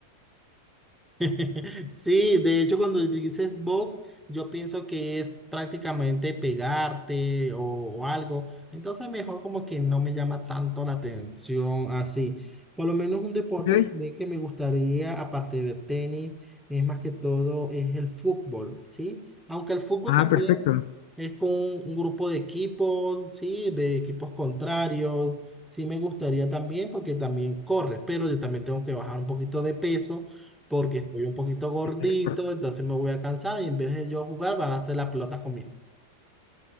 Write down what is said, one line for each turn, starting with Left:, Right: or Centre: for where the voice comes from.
Centre: <laughs> Sí, de hecho, cuando dices box, yo pienso que es prácticamente pegarte o, o algo. Entonces, mejor como que no me llama tanto la atención así. Por lo menos un deporte
Left: Ok.
Centre: también que me gustaría, aparte del tenis, es más que todo, es el fútbol, ¿sí? Aunque el fútbol
Left: Ah,
Centre: también
Left: perfecto.
Centre: es con un grupo de equipos, ¿sí? De equipos contrarios. Sí, me gustaría también, porque también corre, pero yo también tengo que bajar un poquito de peso porque estoy un poquito gordito,
Left: Es
Centre: entonces me voy a cansar y en vez de yo jugar van a hacer la pelota conmigo.